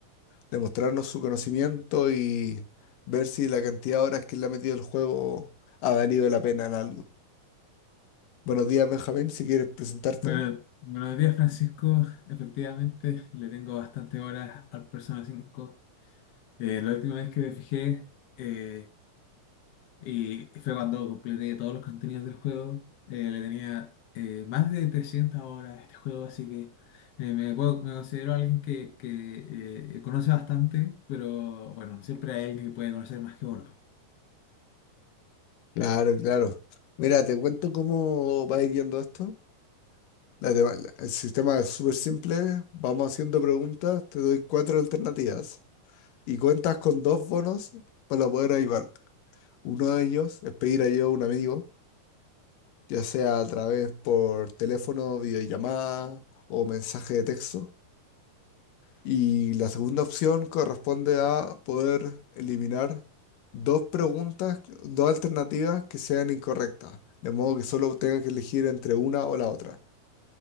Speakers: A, on the left; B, on the left.
A: demostrarnos su conocimiento y ver si la cantidad de horas que le ha metido el juego ha valido la pena en algo. Buenos días, Benjamín, si quieres presentarte.
B: Bueno, buenos días, Francisco. Efectivamente, le tengo bastante horas al Persona 5. Eh, la última vez que me fijé eh, y fue cuando completé todos los contenidos del juego. eh, le tenía eh, más de 300 horas a este juego, así que eh, me, puedo- me considero alguien que, que, eh, conoce bastante, pero bueno, siempre hay alguien que puede conocer más que uno.
A: Claro, claro. Mira, te cuento cómo va a ir yendo esto. La tema- la- el sistema es súper simple. Vamos haciendo preguntas, te doy cuatro alternativas y cuentas con dos bonos para poder ayudarte. Uno de ellos es pedir ayuda a un amigo, ya sea a través por teléfono, videollamada o mensaje de texto. Y la segunda opción corresponde a poder eliminar dos preguntas, dos alternativas que sean incorrectas, de modo que solo tengas que elegir entre una o la otra.